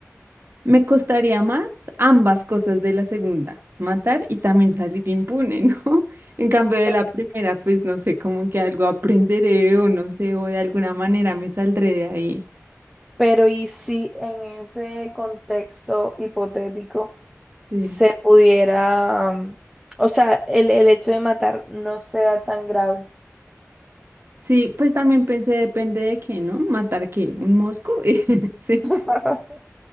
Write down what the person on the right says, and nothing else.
me costaría más ambas cosas de la segunda, matar y también salir impune, ¿no? <laughs> En cambio de
la primera, pues no sé, como que algo aprenderé o no sé, o de alguna manera me saldré de ahí.
Sí.
Sí, pues también pensé, depende de qué, ¿no? ¿Matar qué? ¿Un mosco? <laughs> Sí,